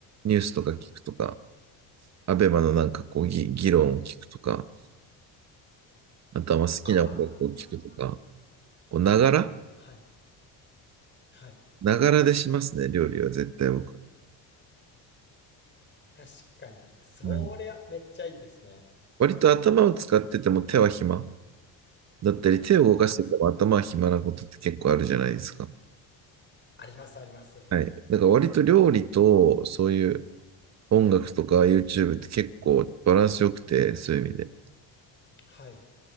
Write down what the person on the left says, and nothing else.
ああ、
はい、はい。
確かに、そりゃめっちゃいいですね。
はい。ありますあります。
はい。